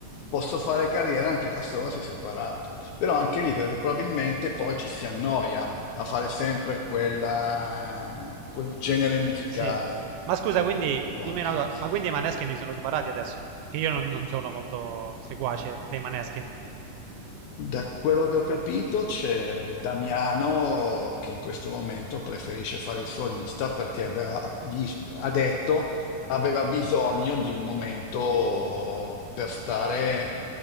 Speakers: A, on the left; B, on the right.
A: posso fare carriera anche da solo se separato, però anche lì perché probabilmente poi ci si annoia a fare sempre quella, quel genere musicale,
B: sì. Ma scusa, quindi,
A: può
B: dimmi
A: anche
B: una cosa,
A: essere.
B: ma quindi i Maneskin si sono separati adesso? Perché io non, non sono molto seguace dei Maneskin.
A: Da quello che ho capito c'è Damiano che in questo momento preferisce fare il solista perché aveva- gli- ha detto aveva bisogno di un momento per stare